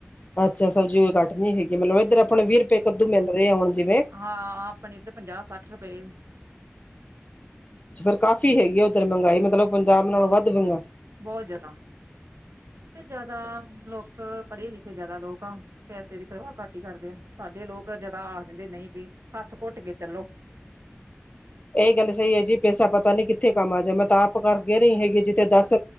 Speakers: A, on the left; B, on the right.
A: ਅੱਛਾ, ਸਬਜ਼ੀ ਕੋਈ ਘੱਟ ਨਹੀਂ ਹੈਗੀ ਮਤਲਬ ਇੱਧਰ ਆਪਾਂ ਵੀਹ ਰੁਪਏ ਕੱਦੂ ਮਿਲ ਰਹੇ ਹਾਂ ਹੁਣ ਜਿਵੇਂ।
B: ਹਾਂ-ਹਾਂ ਆਪਣੇ ਇੱਧਰ ਪੰਜਾਹ ਸੱਠ ਰੁਪਏ।
A: ਅੱਛਾ, ਫਿਰ ਕਾਫ਼ੀ ਹੈਗੀ ਆ ਉੱਧਰ ਮਹਿੰਗਾਈ ਮਤਲਬ ਪੰਜਾਬ ਨਾਲੋਂ ਵੱਧ ਮਹਿੰਗਾਈ।
B: ਬਹੁਤ ਜਿਆਦਾ। ਇੱਥੇ ਜਿਆਦਾ ਲੋਕ, ਪੜ੍ਹੇ ਲਿਖੇ ਜਿਆਦਾ ਲੋਕ ਆ। ਪੈਸੇ ਦੀ ਪਰਵਾਹ ਘੱਟ ਹੀ ਕਰਦੇ ਆ, ਸਾਡੇ ਲੋਕ ਜਿਆਦਾ ਆਖ ਦਿੰਦੇ ਨਹੀਂ ਵੀ ਹੱਥ ਘੁੱਟ ਕੇ ਚੱਲੋ।
A: ਇਹ ਗੱਲ ਸਹੀ ਐ ਜੀ ਪੈਸਾ ਪਤਾ ਨੀ ਕਿੱਥੇ ਕੰਮ ਆ ਜਾਵੇ, ਮੈਂ ਤਾਂ ਆਪ ਕਹਿ ਰਹੀ ਹੈਗੀ ਜਿੱਥੇ ਦਸ